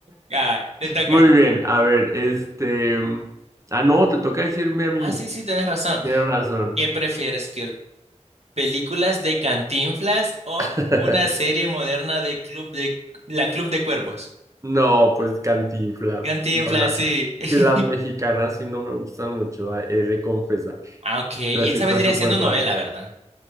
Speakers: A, on the right; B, on the right.
A: Ya, te toca.
B: Muy bien, a ver, este... Ah, no, te toca decirme a mí.
A: Ah, sí, sí, tienes razón.
B: Tienes razón.
A: ¿Qué prefieres, que películas de Cantinflas o
B: <laughs>
A: una serie moderna de Club de la Club de Cuervos?
B: No, pues Cantinflas.
A: Cantinflas,
B: No la...
A: sí. <laughs>
B: Que las mexicanas sí no me gustan mucho, eh, he de confesar.
A: Ah, ok. Y
B: Pero sí
A: esa
B: está
A: vendría
B: súper
A: siendo novela,
B: padre.
A: ¿verdad?